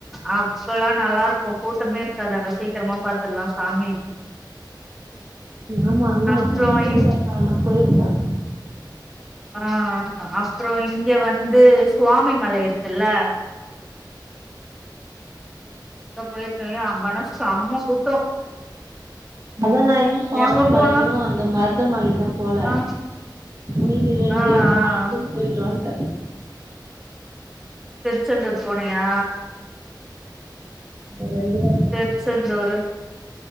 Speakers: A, in the centre; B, on the right (about 45°).
A: அப்பல்லா நல்லாருக்கு கூட்டமே இருக்காது அங்க சீக்கிரமா பத்துட்லா சாமி
B: ஆமா அங்க
A: அப்றோ
B: எப்பயுமே கூட்ட
A: இப்
B: இருக்காது நா போயிருக்க
A: ஆ, அப்றோ இங்க வந்து சுவாமிமலை இருக்குல்ல அங்க போயிருக்கோ ஏ அங்கனா செம கூட்டோ
B: அத நா இன்னு சுவாமிமலையு
A: எப்ப போனா
B: அந்த மருதமலையுந்தா போல
A: ஆ
B: மீதி ரெண்டு
A: ஆ ஆ
B: நாலு இதும் போயிட்டு வந்ட்டே
A: திருச்செந்தூர் போனியா
B: முன்னேந்து
A: திருச்செந்தூரு